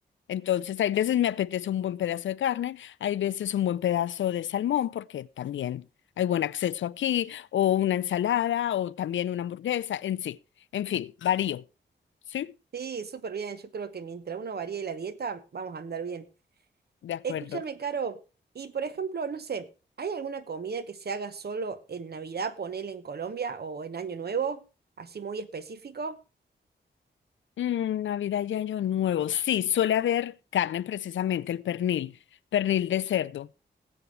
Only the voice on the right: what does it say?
sí, súper bien. Yo creo que mientras uno varíe la dieta, vamos a andar bien.
Escúchame, Caro, y por ejemplo, no sé, ¿hay alguna comida que se haga solo en Navidad, ponele en Colombia o en Año Nuevo, así muy específico?